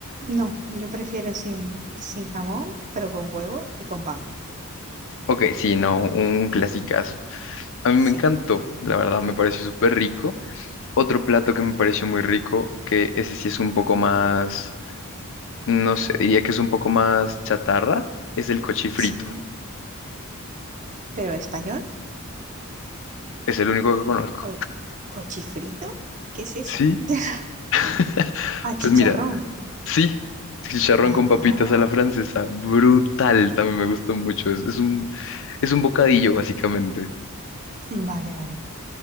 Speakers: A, on the right (about 35°); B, on the left (about 60°).
A: no, yo prefiero sin, sin jamón, pero con huevo y con pan.
B: Ok, sí, no, un clasicazo. A mí
A: Sí,
B: me encantó, la verdad, me pareció súper rico. Otro plato que me pareció muy rico, que ese sí es un poco más, no sé, diría que es un poco más chatarra, es el cochifrito.
A: sí. Pero español,
B: Es el único que conozco.
A: o- cochifrito, ¿qué es eso?
B: Sí,
A: <laughs>
B: <laughs>
A: Ah,
B: pues
A: chicharrón.
B: mira, sí, chicharrón
A: Ah,
B: con papitas a la francesa, brutal, también me gustó mucho. Es, es un, es un bocadillo, básicamente.
A: vale, vale.